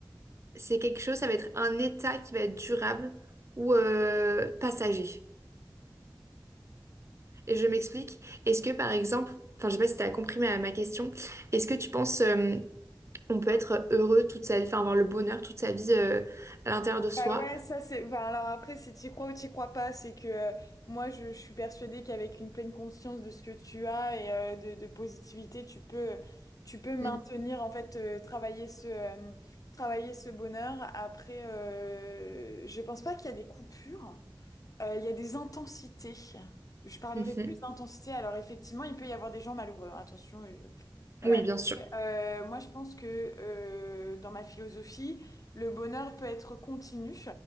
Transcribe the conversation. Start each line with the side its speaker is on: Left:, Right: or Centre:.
Right: c'est quelque chose, ça va être un état qui va être durable ou euh, passager? Et je m'explique. Est-ce que par exemple, enfin je sais pas si tu as compris ma, ma question, est-ce que tu penses euh, on peut être heureux toute sa vie, enfin avoir le bonheur toute sa vie euh, à l'intérieur de soi?
Left: Bah ouais, ça c'est. Bah alors après, si tu crois ou tu crois pas, c'est que euh, moi je, je suis persuadée qu'avec une pleine conscience de ce que tu as et euh, de, de positivité, tu peux, tu peux maintenir
Right: Mm.
Left: en fait euh, travailler ce, euh, travailler ce bonheur. Après, euh, je pense pas qu'il y a des coupures. Euh, Il y a des intensités. Je parlerai
Right: Mhm.
Left: plus d'intensité. Alors effectivement, il peut y avoir des gens malheureux. hein, Attention, et je- voilà.
Right: Oui, bien sûr.
Left: Euh, moi, je pense que euh, dans ma philosophie, le bonheur peut être continu